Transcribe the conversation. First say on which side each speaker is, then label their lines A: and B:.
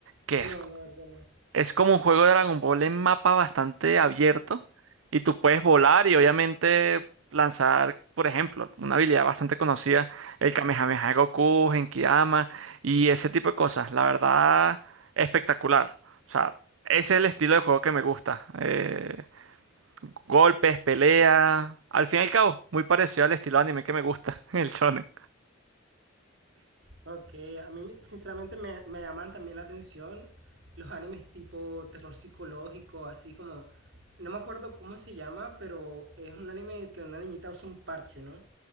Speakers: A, on the right (about 80°); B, on the right (about 70°).
A: que
B: No,
A: es
B: la verdad no.
A: es como un juego de Dragon Ball en mapa bastante abierto y tú puedes volar y obviamente lanzar, por ejemplo, una habilidad bastante conocida, el Kamehameha de Goku, Genkidama y ese tipo de cosas. La verdad, espectacular. O sea, ese es el estilo de juego que me gusta. Eh, golpes, pelea, al fin y al cabo, muy parecido al estilo anime que me gusta, <laughs> el shonen.
B: Ok, a mí sinceramente me, me llaman también la atención los animes tipo terror psicológico, así como, no me acuerdo cómo se llama, pero es un anime que una niñita usa un parche, ¿no?